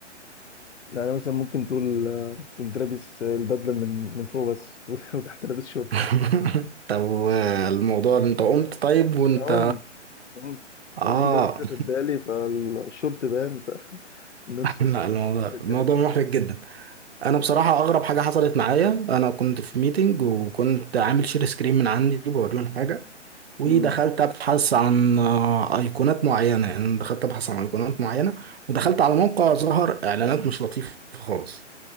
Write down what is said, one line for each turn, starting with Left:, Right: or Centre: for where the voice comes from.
Left: يعني مثلا ممكن تقول آه، كنت لابس البدله من من فوق بس <laughs> وتحت لابس شورت
Right: <laughs> طب الموضوع انت قمت طيب وانت
Left: أقوم قمت
Right: اه
Left: قمت كده مش واخد بالي فالشورت بان فالناس
Right: <laughs> لا
Left: <laughs>
Right: الموضوع
Left: حصل
Right: الموضوع محرج جدا انا بصراحه اغرب حاجه حصلت معايا انا كنت في ميتنج وكنت عامل شير سكرين من عندي بوريهم حاجه ودخلت
Left: الكلام
Right: ابحث عن آه، ايقونات معينه يعني دخلت ابحث عن ايقونات معينه ودخلت على موقع ظهر اعلانات مش لطيفه خالص